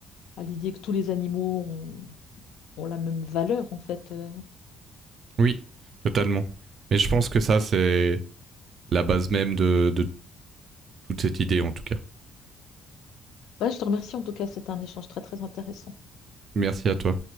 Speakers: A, on the left; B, on the right.
A: à l'idée que tous les animaux ont, ont la même valeur en fait. Euh,
B: Oui, totalement. Et je pense que ça, c'est la base même de, de toute cette idée, en tout cas.
A: Voilà, je te remercie en tout cas, c'était un échange très très intéressant.
B: Merci à toi.